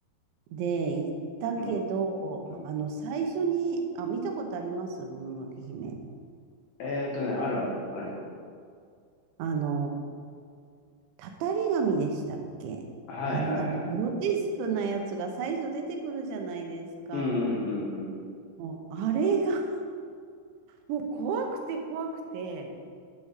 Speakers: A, on the right; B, on the left.
A: で、行ったけど、
B: うん、うん。
A: あの、最初に、あ、見たことありますもののけ姫。
B: えーっとね、あるある、あるよ。
A: あの、たたり神でしたっけあの、
B: はい、はい、
A: なんか、グロテスクなやつが最初出てくるじゃないですか。
B: はい。うん、うん、うん、うん。
A: もう、あれがもう怖くて怖くて、